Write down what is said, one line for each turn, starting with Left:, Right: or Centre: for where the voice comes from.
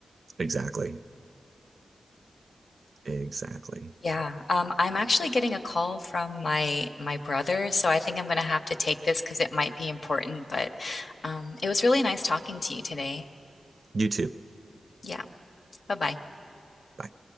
Right: exactly, exactly.
Left: Yeah. Um, I'm actually getting a call from my my brother, so I think I'm gonna have to take this because it might be important, but um, it was really nice talking to you today.
Right: You too.
Left: Yeah. Bye-bye.
Right: Bye.